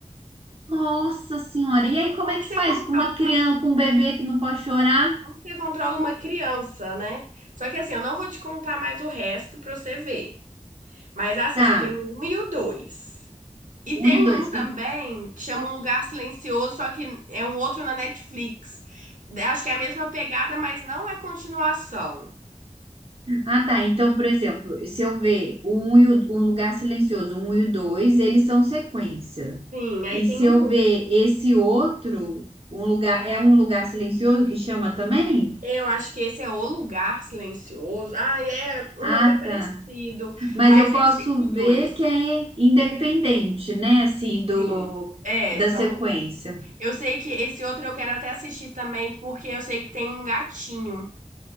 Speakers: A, on the right; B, on the right.
A: Nossa senhora, e aí
B: Então,
A: como
B: Como
A: é
B: que
A: que
B: você
A: faz
B: controla
A: com uma criança,
B: uma,
A: com um bebê que não pode chorar?
B: como que você controla uma criança, né? Só que assim, eu não vou te contar mais o resto pra você ver. Mas assim,
A: Tá,
B: você tem o um e o dois. E
A: um
B: tem
A: e o dois.
B: um também
A: E-
B: que chama Um Lugar Silencioso, só que é um outro na Netflix. Acho que é a mesma pegada, mas não é continuação.
A: Ah, tá, então, por exemplo, se eu ver o um e o, o lugar silencioso, um e o dois, eles são sequência.
B: Sim, aí
A: E
B: tem
A: se
B: um.
A: eu ver esse outro, um lugar, é um lugar silencioso que chama também?
B: Eu acho que esse é O Lugar Silencioso. Ah, é. O
A: Ah,
B: nome é parecido,
A: tá. Mas
B: mas
A: eu posso
B: esse tem um e
A: ver
B: dois.
A: que é independente, né? Assim, do
B: Sim. É,
A: da
B: são.
A: sequência.
B: Eu sei que esse outro eu quero até assistir também, porque eu sei que tem um gatinho.